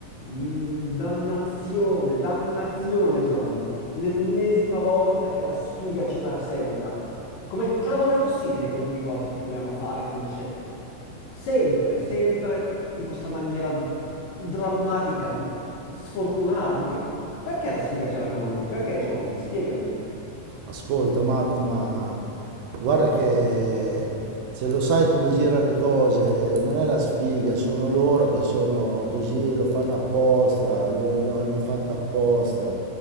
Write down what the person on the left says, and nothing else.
Mm, dannazione, dannazione, Johnny. L'ennesima volta che la sfiga ci perseguita. Come cavolo è possibile che ogni cosa che proviamo a fare finisce sempre, sempre in questa maniera drammatica, sfortunata? Ma che... perché la sfiga ce l'ha con noi? Perché, Johnny? Spiegamelo.